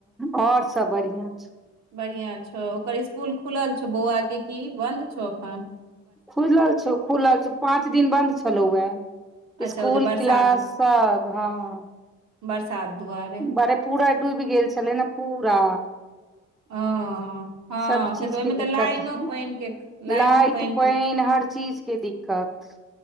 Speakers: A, in the centre; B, on the right.
A: और सब बढ़िआँ छैय।
B: बढ़िया छौ ओकर इसकुल खुलल छौ बौआके की बन्द छौ अखन।
A: खुजल छौ खुलल छौ पाँच दिन बन्द छ छलौ ए
B: अच्छा
A: स्कुल
B: ओ जे बरसात
A: क्लास सब हाँ।
B: बरसात दुआरे।
A: बारे पूरा डूबि गेल छलेय ने पूरा।
B: हँ हँ
A: सब चीजके
B: से तऽ ओहिमे तऽ
A: दिक्कत
B: लाइनो पानि के
A: लाइट
B: लाइनो पानि
A: पाइन
B: के
A: हर चीज के दिक्कत।